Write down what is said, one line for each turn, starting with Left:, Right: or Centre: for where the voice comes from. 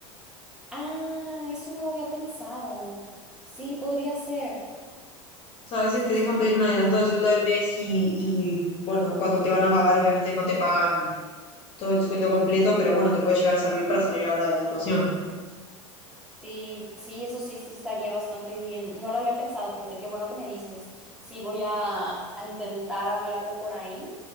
Centre: Ah, eso no lo había pensado. Sí, podría ser.
Left: sea, a veces
Centre: Sí,
Left: te dejan
Centre: sí,
Left: pedir un adelanto del sueldo del mes y, y bueno, cuando te van a pagar, obviamente no te pagan todo el sueldo completo, pero bueno, te puede llegar a servir para salir ahora de la situación.
Centre: sí, sí, eso sí, sí estaría bastante bien. No lo había pensado, fíjate, qué bueno que me dices. Sí, voy a, a intentar hablarlo por ahí.